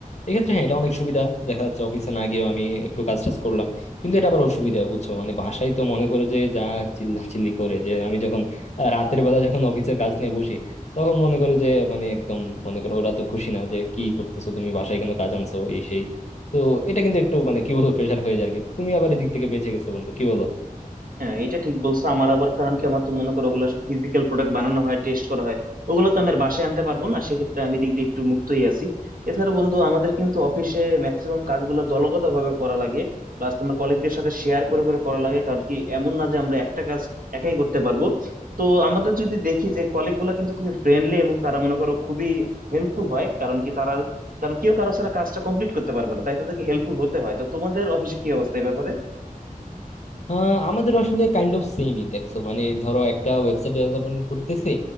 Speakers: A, on the left (about 50°); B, on the right (about 70°).
A: এক্ষেত্রে হ্যাঁ এটা অনেক সুবিধা দেখা যাচ্ছে অফিসে না গিয়েও আমি একটু কাজ টাজ করলাম কিন্তু এটা আবার অসুবিধা বুঝছো মানে বাসায় তো মনে করো যে যা চিল্লাচিল্লি করে যে আমি যখন আহ, রাতের বেলা যখন অফিসের কাজ নিয়ে বসি তখন মনে করো যে মানে একদম মনে করো ওরা তো খুশি না যে কি করতেছো তুমি বাসায় কোনো কাজ আনছো এই সেই তো এটা কিন্তু একটু মানে কি বলবো প্রেশার হয়ে যায় আর কি তুমি আবার এদিক থেকে বেঁচে গেছো বন্ধু কি বলো
B: হ্যাঁ এটা ঠিক বলছো আমার আবার কারণ কি আমার তো মনে করো ওগুলো সব ফিজিক্যাল প্রোডাক্ট বানানো হয় টেস্ট করা হয় ওগুলো তো আমি আর বাসায় আনতে পারবো না সেক্ষেত্রে আমি দিক দিয়ে একটু মুক্তই আছি এছাড়া বন্ধু আমাদের কিন্তু অফিসে ম্যাক্সিমাম কাজগুলো দলগত ভাবে করা লাগে প্লাস তোমার কলিগদের সাথে শেয়ার করে করে করা লাগে কারণ কি এমন না যে আমরা একটা কাজ একাই করতে পারবো তো আমাদের যদি দেখি যে কলিগ গুলা কিন্তু খুবই ফ্রেন্ডলি এবং তারা মনে করো খুবই হেল্পফুল হয় কারণ কি তারা কারণ কেউ কারো ছাড়া কাজটা কমপ্লিট করতে পারবে না তাই তাদেরকে হেল্পফুল হতে হয় তো তোমাদের অফিসে কি অবস্থা এই ব্যাপারে
A: আহ, আমাদের আসলে কাইন্ড অফ সেমই দেখছো মানে ধরো একটা ওয়েবসাইট ডেভেলপমেন্ট করতেছি